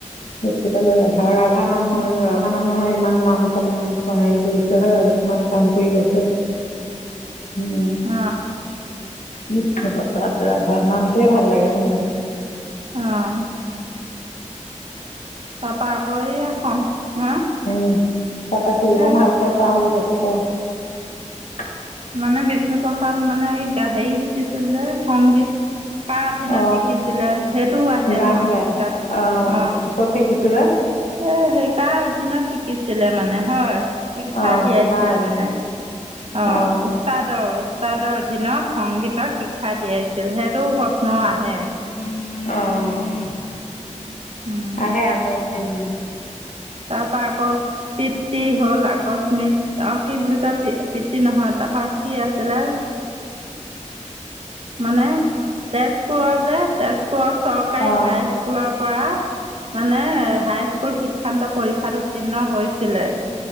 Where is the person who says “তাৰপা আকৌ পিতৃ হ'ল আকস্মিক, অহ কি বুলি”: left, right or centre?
Right